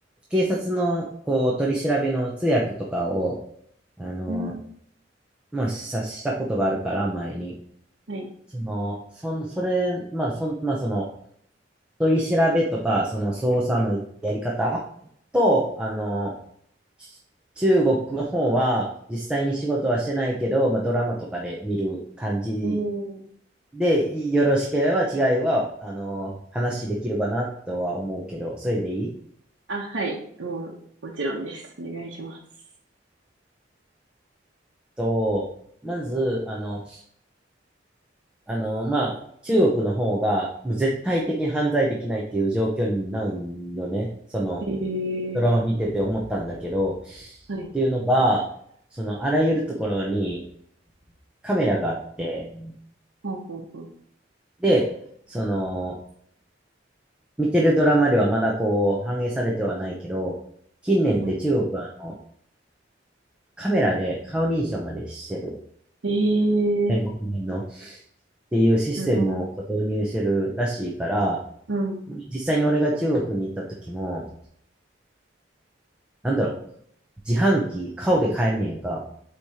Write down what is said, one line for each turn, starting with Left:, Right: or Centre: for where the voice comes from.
Centre: 警察の、こう、取り調べの通訳とかを、あの、
Right: うん、
Centre: まあ、さしたことがあるから、前に。
Right: はい。
Centre: その、そん、それ、まあ、そん、まあ、その、取り調べとか、その、捜査のやり方と、あの、ち中国の方は実際に仕事はしてないけど、まあ、ドラマとかで見る感じ
Right: うん。
Centre: で、いよろしければ違いは、あの、話できるかなとは思うけど、それでいい
Right: あ、はい。もう、もちろんです。お願いします。
Centre: と、まず、あの、あの、まあ、中国の方がもう絶対的に犯罪できないっていう状況になるよね。その、
Right: へえ
Centre: ドラマ見てて思ったんだけど、
Right: はい。
Centre: っていうのが、その、あらゆるところにカメラがあって、
Right: ほうほうほう。
Centre: で、その、見てるドラマではまだこう反映されてはないけど、近年って中国はあの
Right: はい。
Centre: カメラで顔認証までしてる、
Right: ええ
Centre: 全国民のっていうシステムをこう導入してるらしいから、
Right: すご。うん。
Centre: 実際に俺が中国に行った時も、なんだろう、自販機顔で買えんねやんか。